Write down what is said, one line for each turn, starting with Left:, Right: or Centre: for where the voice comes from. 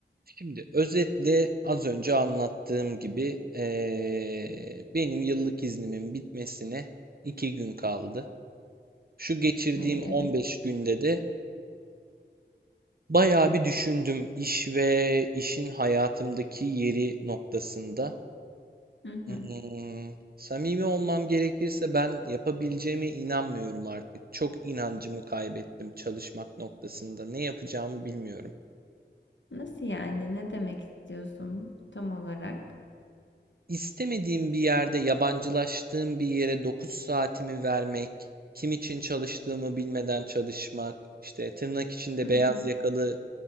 Right: Şimdi özetle az önce anlattığım gibi eee, benim yıllık iznimin bitmesine iki gün kaldı. Şu geçirdiğim
Left: Ay evet.
Right: 15 günde de bayağı bir düşündüm iş ve işin hayatımdaki yeri noktasında.
Left: Hı hı.
Right: Hmm, samimi olmam gerekirse ben yapabileceğime inanmıyorum artık. Çok inancımı kaybettim çalışmak noktasında. Ne yapacağımı bilmiyorum.
Left: Nasıl yani? Ne demek istiyorsun tam olarak?
Right: İstemediğim bir yerde yabancılaştığım bir yere 9 saatimi vermek, kim için çalıştığımı bilmeden çalışmak, işte tırnak içinde
Left: Hı hı.
Right: beyaz yakalı